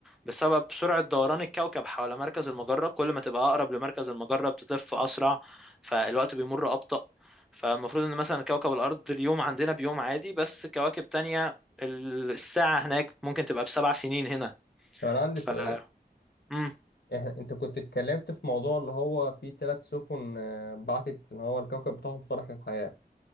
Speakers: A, in the centre; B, on the left.
A: بسبب سرعة دوران الكوكب حول مركز المجرة كل ما تبقى أقرب لمركز المجرة بتلف أسرع فالوقت بيمر أبطأ فالمفروض إن مثلا كوكب الأرض اليوم عندنا بيوم عادي بس كواكب تانية ال- الساعة هناك ممكن تبقى بسبع سنين هنا
B: طب انا عندي
A: ف
B: سؤال
A: مم.
B: إح- انت كنت اتكلمت في موضوع اللي هو في ثلاث سفن آه، بعتت اللي هو الكوكب بتاعهم صالح للحياه